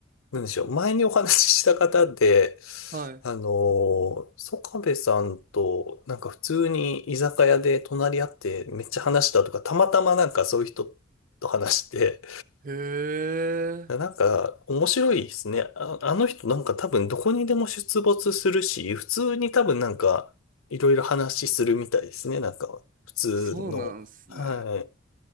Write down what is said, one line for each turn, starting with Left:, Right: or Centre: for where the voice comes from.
Left: なんでしょう。前にお話しした方で、
Right: はい。
Left: あのー、ソカベさんと、なんか普通に居酒屋で隣り合ってめっちゃ話したとか、たまたまなんかそういう人と話して、
Right: へえ。
Left: なんか面白いですね。あ、あの人なんか多分どこにでも出没するし、普通に多分なんかいろいろ話するみたいですね。なんか普通の。
Right: あそうなんすね。
Left: はい。